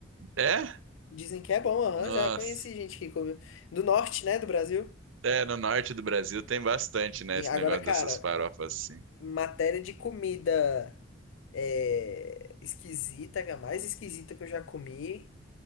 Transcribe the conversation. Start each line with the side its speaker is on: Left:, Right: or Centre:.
Right: É?
Left: Dizem que é bom, aham.
Right: Nossa.
Left: Já conheci gente que come. Do norte, né? Do Brasil.
Right: É, no norte do Brasil tem bastante, né?
Left: E
Right: Esse
Left: agora,
Right: negócio
Left: cara,
Right: dessas farofas assim.
Left: matéria de comida é, esquisita, a mais esquisita que eu já comi,